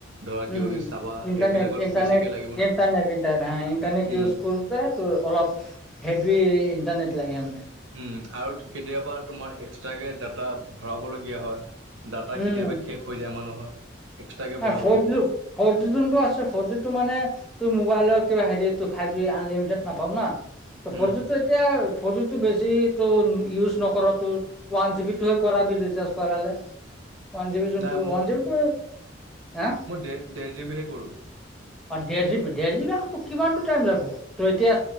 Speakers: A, on the right (about 80°); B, in the centre.
A: ধৰা কিবা
B: উম, উম
A: কিবি চাবা
B: ইণ্টাৰনেট
A: সেইবিলাকত
B: ইণ্টাৰনেট
A: বেছিকে লাগিব না
B: ইণ্টাৰনেট ইন্টাৰনেট ইণ্টাৰনেট
A: উম
B: ইউজ কৰো। <unintelligible> তোৰ অলপ হেভি ইণ্টাৰনেট লাগে মানে।
A: উম আৰু কেতিয়াবা তোমাৰ এক্সট্ৰাকে ডাটা ভৰাবলগীয়া হয় ডাটা
B: উম
A: কেতিয়াবা শেষ হৈ যায় মানুহৰ এক্সট্ৰাকে বঢ়াব
B: ফৰ
A: লাগে
B: জি, ফৰ জি যোনটো আছে ফৰ জিটো মানে তোৰ মোবাইলৰ কিবা হেৰি ফাইভ জি আনলিমিটেড নাপাও না। ত
A: উম
B: ফৰ জিটো এতিয়া ফৰ জিটো বেছি ত ইউজ নকৰ তোৰ। ওৱান জিবিটোৱে কৰাবি ৰিচাৰ্ছ কৰালে। ওৱান জিবি যোনটো
A: নাই
B: ওৱান
A: মই
B: জিবিটো হা?
A: মই ডেৰ ডেৰ জিবিৰহে কৰো।
B: অ ডেৰ জিবি, দে জিবি আকৌ কিমানটো টাইম যাব? তই এতিয়া